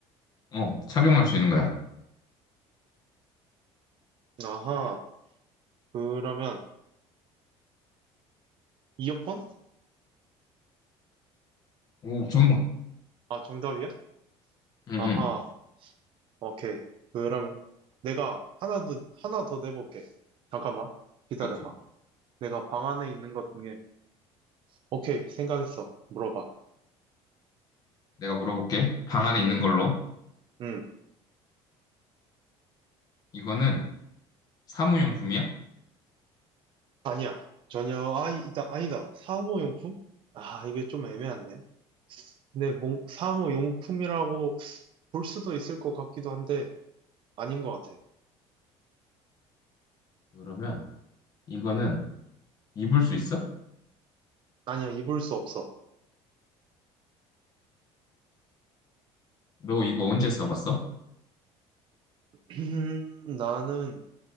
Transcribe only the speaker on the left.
어, 착용할 수 있는 거야.
오, 정답.
응, 응.
이렇게.
내가 물어볼게. 방 안에 있는
걸로.
이거는 사무용품이야?
그러면 이거는 입을 수 있어?
너 이거 언제 써봤어?